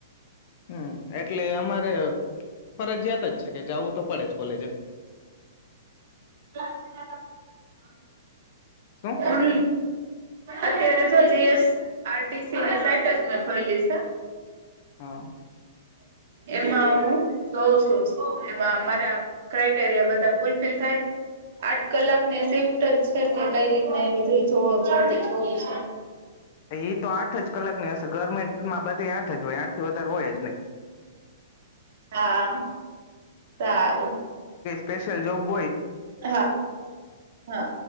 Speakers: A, on the left; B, on the right.
A: હમ્મ. એટલે અમારે ફરજિયાત જ છે કે જવું તો પડે જ કોલેજ એમ.
B: <inaudible>
A: શું
B: ઓની અત્યારેજ જ જે એસ આર ટી સી ની સાઈટ જ મેં ખોલી છે.
A: હા.
B: એમાં હું જોઉં છું. એમાં મારા ક્રાઈટેરિયા બધા ફુલફિલ થાય આઠ કલાકની સિફ્ટ જ છે કે કઈ રીત એ બધી જોતી જઉં છું.
A: એ તો આઠ જ કલાક ને હશ સ ગવર્મેન્ટમાં બધી આઠ જ હોય આઠ થી વધારે હોય જ નહી.
B: હા સારું.
A: સ્પેશિલ જોબ બોય
B: હા હા